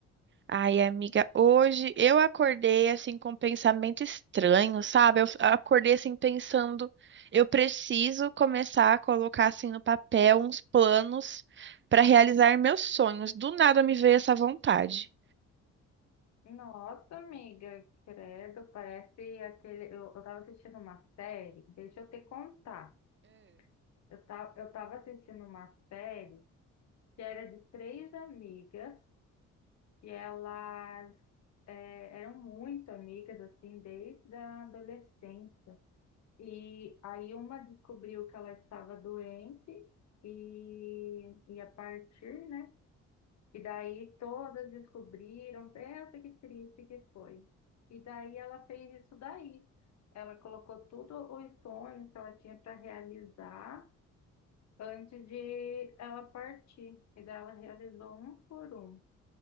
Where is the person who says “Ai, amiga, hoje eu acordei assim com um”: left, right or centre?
Right